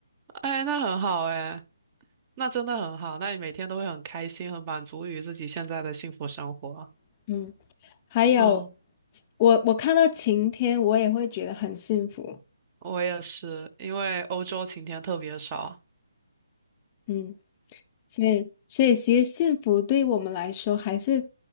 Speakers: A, on the right (about 25°); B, on the left (about 20°).
A: 哎，那很好哎，那真的很好，那你每天都会很开心，很满足于自己现在的幸福生活。
B: <laughs> 嗯，还有
A: 嗯，
B: 我我看到晴天，我也会觉得很幸福，
A: 我也是，因为欧洲晴天特别少。
B: 嗯，所以所以其实幸福对我们来说还是